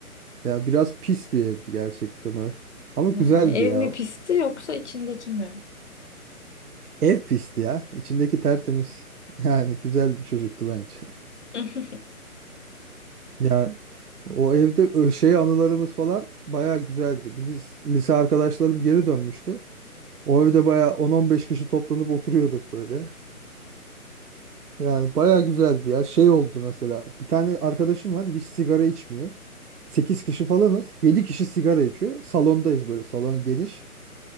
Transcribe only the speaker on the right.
ya biraz pis bir evdi gerçekten o ev. Ama güzeldi
ya.
Ev pisti ya. İçindeki tertemiz. <laughs> Yani güzel bir çocuktu bence.
<laughs> Ya o evde ö- şey anılarımız falan bayağı güzeldi. Biz lise arkadaşlarım geri dönmüştü. O evde bayağı on-on beş kişi toplanıp oturuyorduk böyle. Yani bayağı güzeldi ya. Şey oldu mesela. Bir tane arkadaşım var hiç sigara içmiyor. 8 kişi falanız. 7 kişi sigara içiyor. Salondayız böyle. Salon geniş.